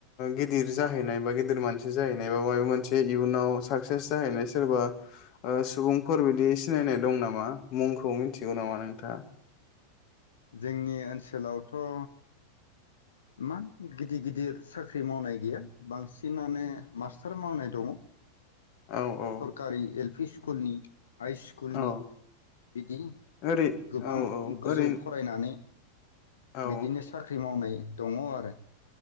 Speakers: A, on the left (about 40°); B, on the left (about 65°).
A: गिदिर जाहैनाय बा गिदिर मानसि जाहैनाय बा माबा मोनसे जे इयुनाव साक्सेस जाहैनाय सोरबा सुबुंफोर बिदि सिनायनाय दं नामा मुंखौ मिथिगौ नामा नोंथाङा।
B: जोंनि ओनसोलावथ'। इमान गिदिर गिदिर साख्रि मावनाय गैया बांसिनानो मास्टार मावनाय दङ
A: औ औ
B: सोरकारि एल पि स्कुलनि हाइ स्कुलनि
A: औ
B: बिदि
A: ओरै
B: गोबां
A: औ औ
B: गोजौ
A: ओरैनो
B: फरायनानै
A: औ ओ
B: बिदिनो स ख्रि मावनाय दङ आरो।